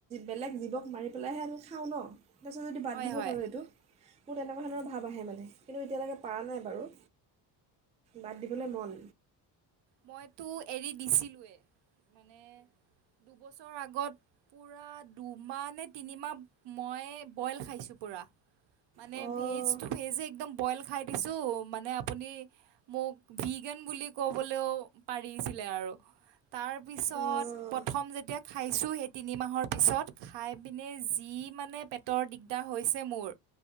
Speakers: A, on the right (about 15°); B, on the right (about 70°).
A: বেলেগ জীৱক মাৰি পেলাইহে আনি খাঁ‌ও ন তাৰপিছত যদি বাদ
B: হয়
A: দিব
B: হয়।
A: পাৰোঁ এইটো। মোৰ তেনেকুৱা ধৰণৰ ভাৱ আহে মানে কিন্তু এতিয়ালৈকে পৰা নাই বাৰু বাদ দিবলৈ
B: হয়
A: মন
B: মইতো এৰি দিছিলোৱে। মানে দুবছৰ আগত পুৰা দুমাহ নে তিনিমাহ মই বইল খাইছোঁ পুৰা মান
A: অঁ
B: ভেজটো ভেজ একদম বইল খাই দিছো মানে আপুনি মোক ভিগেন বুলি ক'বলৈও পাৰিছিলে আৰু তাৰপিছত
A: অঁ
B: প্ৰথম যেতিয়া খাইছোঁ সেই তিনিমাহৰ পিছত খাই পিনে যি মানে পেটৰ দিগদাৰ হৈছে মোৰ